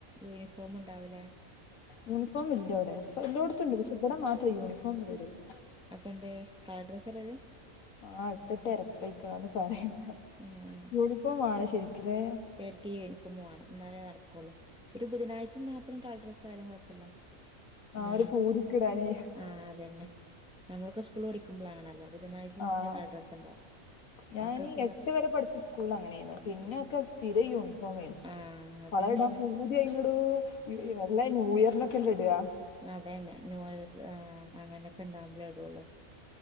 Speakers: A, in the centre; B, on the left (about 85°).
A: യൂണിഫോം ഉണ്ടാവൂലേ
B: യൂണിഫോം ഇല്ല ഇവിടെ എല്ലടത്തുമുണ്ട് പക്ഷെ ഇവിടെ മാത്രം യൂണിഫോം ഇതുവരെ ഇല്ല
A: അപ്പ എന്തെ കളർഡ്രസ്സായിടല്
B: ആ ഇട്ടിട്ട് എരപ്പിക്കണന്ന് പറയും
A: ഏഹ്
B: യൂണിഫോം ആണ് ശരിക്കലേ
A: ചെലർക്ക് യൂണിഫോം വേണം എന്നാലേ നടക്കുള്ളൂ ഒരു ബുധനാഴ്ച മാത്രം കളഡ്രസ്സ് ആയാലും കുഴപ്പമില്ല ആ
B: ഒരു പൂതിക്കിടാന്
A: ആ അതന്നെ നമ്മളൊക്കെ സ്കൂൾ പഠി- ക്കുമ്പളാണല്ല ബുധനാഴ്ച മാത്രമേ
B: ആഹ്
A: കളർ ഡ്രസ്സ്ണ്ടാവും
B: ഞാൻ
A: മക്കക്ക്
B: എട്ട് വരെ പഠിച്ച സ്കൂൾ അങ്ങനെയന്ന് പിന്നെൊക്കെ സ്ഥിര യൂണിഫോം ആണ്
A: ആഹ് അങ്ങൻതന്നെയാണ്
B: കളർ ഇടാൻ പൂതി അയിതിനോട വല്ല ന്യൂ ഇയറിന് ക്കല്ലേയിടുക
A: അതെന്നെ ന്യൂ ഇയർ ആ അങ്ങനൊക്കെ ഉണ്ടാവകുമ്പോളേ ഇടുള്ളു